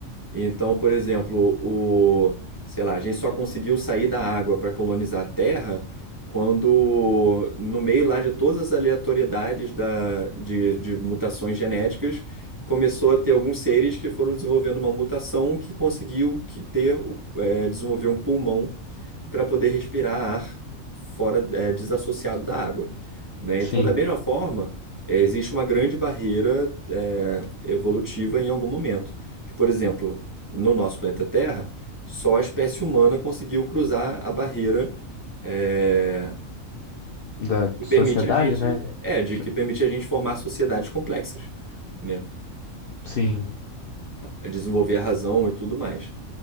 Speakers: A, on the right (about 20°); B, on the left (about 65°).
A: Então, por exemplo, o, sei lá, a gente só conseguiu sair da água para colonizar a Terra quando, no meio lá de todas as aleatoriedades da, de, de mutações genéticas, começou a ter alguns seres que foram desenvolvendo uma mutação que conseguiu que ter, é, desenvolver um pulmão para poder respirar ar fora, é, desassociado da água, né?
B: sim.
A: Então, da mesma forma, é, existe uma grande barreira é, evolutiva em algum momento. Que, por exemplo, no nosso planeta Terra, só a espécie humana conseguiu cruzar a barreira é,
B: da
A: que
B: sociedade,
A: permite a gente,
B: né?
A: é, de
B: Tipo,
A: que permite a gente formar sociedades complexas, né?
B: sim.
A: É, desenvolver a razão e tudo mais.